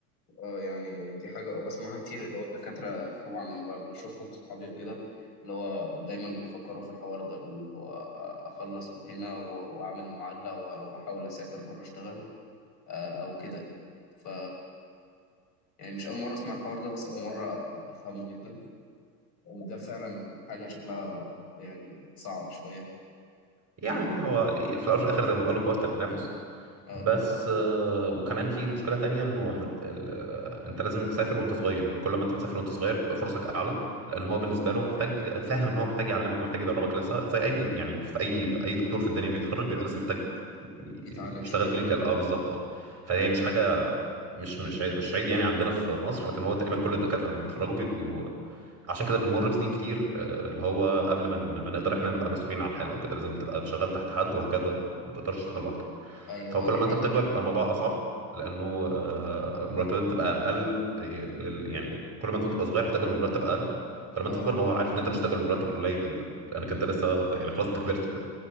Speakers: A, on the left; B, on the right.
A: اه يعني دي حاجة بسمعها كتير اللي هو الدكاترة طبعا ب- بشوفهم صحابي وكده اللي هو دايما بيفكروا في الحوار ده اللي هو أ- أخلص من هنا و- وأعمل المعادلة و- وأحاول أسافر بره أشتغل آه، أو كده ف يعني مش أول مرة أسمع الحوار ده بس أول مرة أفهمه جدا وده فعلا حاجة شكلها يعني صعب شوية
B: يعني
A: م-
B: هو في الاول وفي الاخر زي ما بقول لك هو التنافس
A: اه
B: بس آه، وكمان في مشكله تانية انه هن- ال- آه، انت لازم تسافر وانت صغير يعني كل ما انت بتسافر وانت صغير بتبقى فرصك اعلى لان هو بالنسبه له محتاج فاهم ان هو محتاج يعلمك ومحتاج يدربك لسه زي اي يعني في اي اي دكتور في الدنيا بيتخرج بيبقى لسه محتاج ي-
A: يتعلم
B: يشتغل
A: شوية
B: كلينيكال اه بالظبط اه فهي مش حاجه مش مش عيب- مش عيب يعني عندنا في مصر لكن هو تقريبا كل الدكاتره لما بيتخرجوا بيبقوا عشان كده بنمر بسنين كتير آه، اللي هو قبل ما ن- ما نقدر احنا نبقى مسؤولين عن حالة او كده لازم تبقى شغال تحت حد وهكذا ما تقدرش تشتغل لوحدك
A: أيوه
B: فكل
A: اه دي
B: ما
A: حاجة
B: انت بتكبر بيبقى الموضوع اصعب لانه آه، مرتبات بتبقى اقل آه، لل- يعني كل ما انت بتبقى صغير هتقبل مرتب اقل فلما
A: اه
B: انت تكبر هو عارف ان انت مش هتقبل المرتب القليل ده لانك انت لسه يعني خلاص انت كبرت وكده